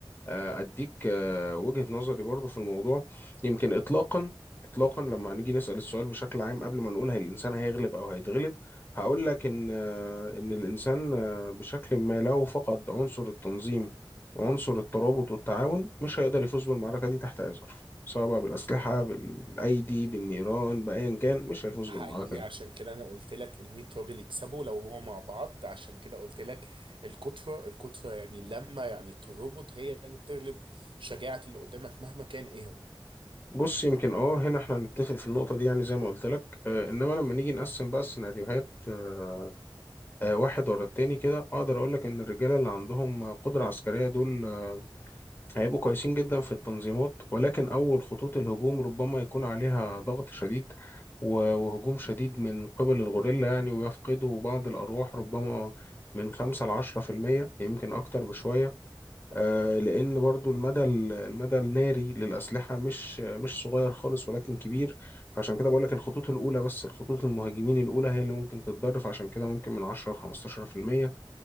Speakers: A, on the left; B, on the right.
A: آه، اديك آه، وجهة نظري برضو في الموضوع يمكن اطلاقا اطلاقا لما نيجي نسأل السؤال بشكل عام قبل ما نقول هل الانسان هيغلب او هيتغلب هقول لك ان آه، ان الانسان آه، بشكل ما لو فقد عنصر التنظيم وعنصر الترابط والتعاون مش هيقدر يفوز بالمعركة دي تحت اي ظرف سواء بقى بالأسلحة بالأيدي بالنيران بأيا كان مش هيفوز
B: حقيقي
A: بالمعركة دي
B: عشان كده انا قلت لك ال 100 راجل يكسبوا لو هو مع بعض عشان كده قلت لك الكتره الكتره يعني اللمه يعني الترابط هي اللي بتغلب شجاعه اللي قدامك مهما كان ايه هو
A: بص يمكن اه هنا احنا نتفق في النقطة دي يعني زي ما قلت لك آه، انما لما نيجي نقسم بقى السيناريوهات آه، آه، واحد ورا التاني كده اقدر اقول لك ان الرجاله اللي عندهم قدره عسكريه دول آه، هيبقوا كويسين جدا في التنظيمات ولكن اول خطوط الهجوم ربما يكون عليها ضغط شديد و- وهجوم شديد من قبل الغوريلا يعني ويفقدوا بعض الارواح ربما من خمسة لعشرة في المية يمكن أكتر بشوية آه، لأن برضو المدى ال- المدى الناري للأسلحة مش مش صغير خالص ولكن كبير فعشان كده بقول لك الخطوط الأولى بس الخطوط المهاجمين الأولى هي اللي ممكن تتضرر فعشان كده ممكن من 10 ل 15%